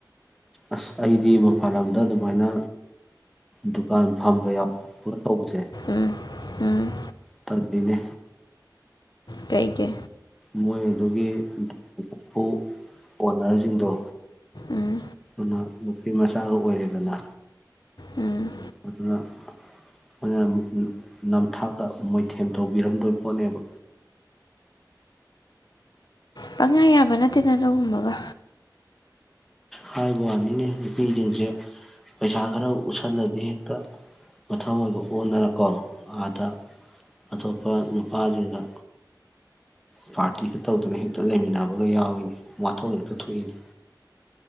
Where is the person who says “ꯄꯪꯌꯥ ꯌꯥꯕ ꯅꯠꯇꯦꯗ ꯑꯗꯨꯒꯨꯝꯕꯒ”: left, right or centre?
Left